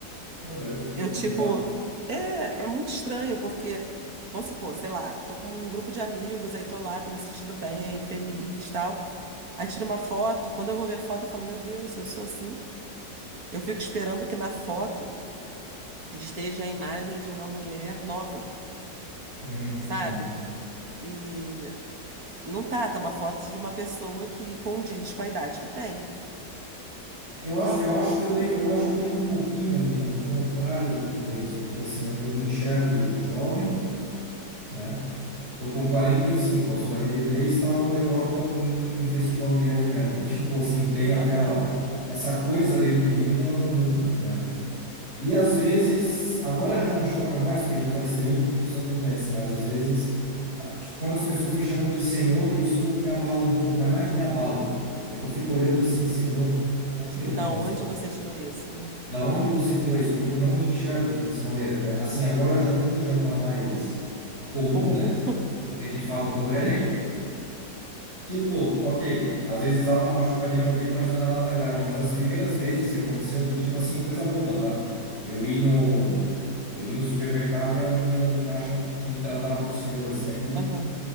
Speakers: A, on the right; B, on the right.
A: Meu Deus, que,
B: Eu,
A: que
B: tipo,
A: bizarro.
B: é, é muito estranho, porque, vamos supor, sei lá, tô com um grupo de amigos, aí tô lá, tô me sentindo bem, feliz, tal. Aí tiro uma foto, quando eu vou ver a foto, eu falo, meu Deus, eu sou assim? Eu fico esperando que na foto esteja a imagem de uma mulher nova,
A: Uhum,
B: sabe?
A: uhum.
B: E não tá, tá uma foto de uma pessoa que condiz com a idade que tem.
A: Eu acho,
B: S-
A: eu acho que eu tenho, eu acho que eu tenho um pouquinho, Nina, o contrário do que tu tens, porque assim, eu, eu me enxergo jovem, né? Tô com 45, aos 43 estava na Europa indo em festival de heavy metal. <laughs> Tipo assim, tenho aquela
B: Aham.
A: essa coisa dentro de mim, ela não muda, né? E às vezes, agora já não choca mais, porque já faz tempo que isso acontece, mas às vezes, a- tipo, quando as pessoas me chamam de senhor, isso me abala um pouco, mas não é que me abala, é que eu fico olhando assim, senhor, mas por
B: Tipo,
A: que tá me
B: da
A: chamando
B: onde
A: de senhor?
B: você tirou isso, né?
A: Da onde você tirou isso? Porque eu não me enxergo dessa maneira. É, Assim, agora já, como já tá mais comum,
B: Comum.
A: né? Porque de fato eu tô velho, Tipo, ok, às vezes dá uma machucadinha no ouvido, mas não é nada grave. Mas as primeiras vezes que aconteceu, de tipo assim, coisa boba, tá? Eu ir no, eu ir no supermercado e a menina do caixa me tratar por senhor, assim, aquilo
B: Aham.